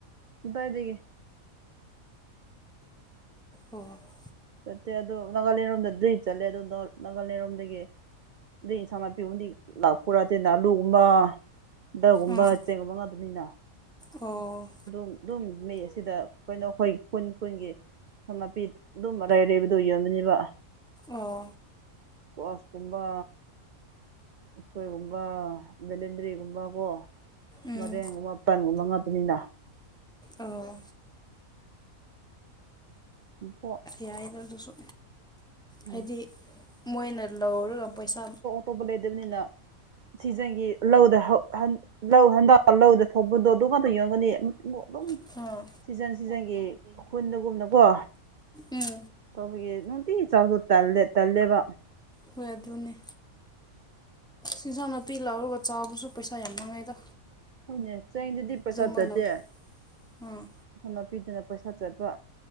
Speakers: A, on the right (about 55°); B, in the centre.
A: ꯀꯗꯥꯢꯗꯒꯤ
B: ꯎꯝ <inaudible>
A: ꯆꯠꯇꯦ ꯑꯗꯨ ꯅꯥꯒꯥꯂꯦꯟꯔꯣꯝꯗ ꯗ꯭ꯔꯤ ꯆꯠꯂꯦ ꯑꯗꯨ ꯅꯥꯒꯥꯂꯦꯟꯔꯣꯝꯗꯒꯤ ꯑꯗꯩ ꯁꯃꯅ ꯄꯤꯕꯨꯗꯤ ꯂꯥꯛꯄꯔꯥꯗꯦ ꯑꯥꯂꯨꯒꯨꯝꯕ <inaudible> ꯗꯨꯒꯨꯝꯕ
B: ꯎꯝ
A: ꯆꯦꯡꯒꯨꯝꯕ ꯉꯥꯛꯇꯅꯤꯅ
B: ꯑꯣ
A: ꯑꯗꯨꯝ ꯑꯗꯨꯝ ꯃꯤ ꯑꯁꯤꯗ ꯀꯩꯅꯣ ꯈꯣꯏ ꯈꯨꯟ ꯈꯨꯟꯒꯤ ꯌꯦꯡꯁꯥꯟ ꯅꯥꯄꯤ ꯑꯗꯨꯝ ꯑꯔꯩ ꯑꯔꯩꯕꯗꯣ ꯌꯣꯟꯕꯅꯦꯕ
B: ꯑꯣ
A: ꯀ꯭ꯂꯣꯁ ꯀꯨꯝꯕ ꯎꯁꯣꯏꯒꯨꯝꯕ ꯕꯦꯂꯦꯗ꯭ꯔꯤꯒꯨꯝꯕ ꯀꯣ
B: ꯎꯝ
A: ꯃꯩꯔꯦꯡꯒꯨꯝ ꯄꯥꯟꯒꯨꯝꯕ ꯉꯥꯛꯇꯥꯅꯤꯅ
B: ꯑꯣ
A: ꯀꯣ
B: ꯌꯥꯏꯗ ꯑꯗꯨꯁꯨ
A: ꯎꯝ
B: ꯍꯥꯏꯗꯤ ꯃꯣꯏꯅ ꯂꯧꯔꯒ ꯄꯩꯁꯥ
A: ꯇꯣꯄ ꯂꯩꯗꯕꯅꯤꯅ <inaudible> ꯁꯤꯖꯥꯟꯒꯤ ꯂꯧꯗ ꯂꯧ ꯍꯟꯗ ꯂꯧꯗ ꯊꯣꯛꯄꯗꯣ ꯑꯗꯨ ꯉꯥꯛꯇ ꯌꯣꯟꯒꯅꯤ ꯑꯗꯨꯝ
B: ꯑꯥ
A: ꯁꯤꯖꯟ ꯁꯤꯖꯟꯒꯤ ꯈꯨꯨꯟꯗꯒꯨꯝꯅꯀꯣ
B: ꯎꯝ
A: ꯇꯧꯕꯒꯤ ꯅꯨꯡꯇꯤꯒꯤ ꯆꯥꯎꯁꯨ <inaudible> ꯂꯦ ꯇꯜꯂꯦꯕ
B: ꯍꯣꯏ ꯑꯗꯨꯅꯦ ꯏꯤꯟꯖꯥꯡ ꯅꯥꯄꯤ ꯂꯥꯎꯔꯒ ꯆꯥꯕꯁꯨ ꯄꯩꯁꯥ ꯌꯥꯝ ꯃꯥꯡꯉꯦꯗ
A: ꯍꯣꯏꯅꯦ ꯆꯦꯡꯗꯗꯤ ꯄꯩꯁꯥ
B: ꯑꯗꯨꯒꯨꯝꯕ
A: ꯆꯠꯇꯦ
B: ꯂꯧ ꯑꯥ
A: ꯌꯦꯡꯁꯥꯟ ꯅꯥꯄꯤꯗꯅ ꯄꯩꯁꯥ ꯆꯠꯄ